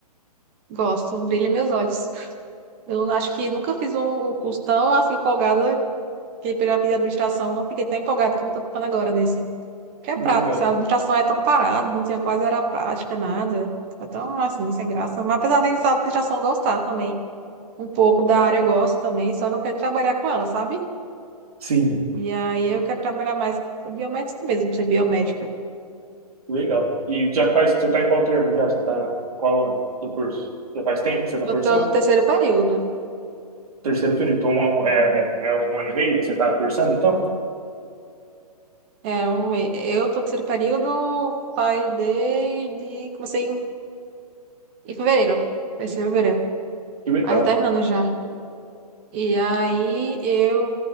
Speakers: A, on the right; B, on the right.
A: gosto, brilha meus olhos. Eu acho que nunca fiz um, um curso tão assim empolgada que eu já fiz administração, não fiquei tão empolgada como eu tô ficando agora nesse. Que é
B: Que
A: prático,
B: legal.
A: sabe? A administração é tão parada, não tinha quase era prática, nada. É tão assim, sem graça. Mas apesar de a administração gostar também. um pouco da área eu gosto também, só não quero trabalhar com ela, sabe?
B: Sim.
A: E aí eu quero trabalhar mais com biomédica mesmo, ser biomédica.
B: Legal. E já faz, você tá em qual termo já? Você tá em qual ano do curso? Já faz tempo que você tá
A: Eu
B: cursando?
A: tô no terceiro período.
B: Terceiro período, então é, um, é é um ano e meio que você tá cursando, então?
A: É um, me- eu tô no terceiro período, pai de, de- comecei em, em fevereiro. Terceiro de fevereiro.
B: Que legal.
A: Aí tô terminando já. E aí eu,